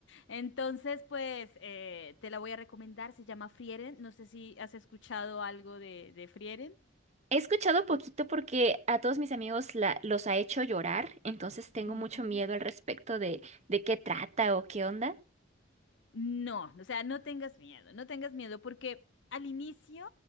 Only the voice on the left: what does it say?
Entonces, pues eh, te la voy a recomendar. Se llama Frieren. No sé si has escuchado algo de, de Frieren.
Ujú.
No, o sea, no tengas miedo, no tengas miedo, porque al inicio